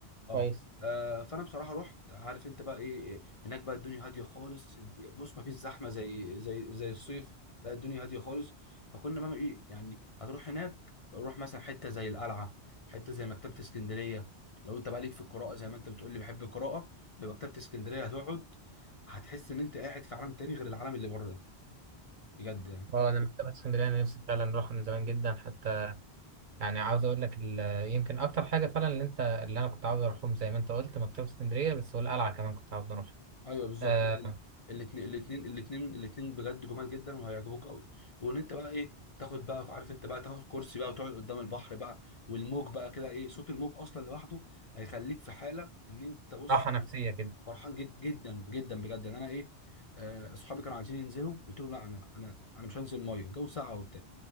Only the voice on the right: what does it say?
كويس
اه انا مكتبه اسكندريه انا نفسي فعلا اروح من زمان جدا حتى يعني عاوز اقول لك ال- يمكن اكتر حاجه فعلا اللي انت اللي انا كنت عاوز اروحهم زي ما انت قلت مكتبه اسكندريه بس والقلعه كمان كنت عاوز اروح
آه
راحه نفسيه كده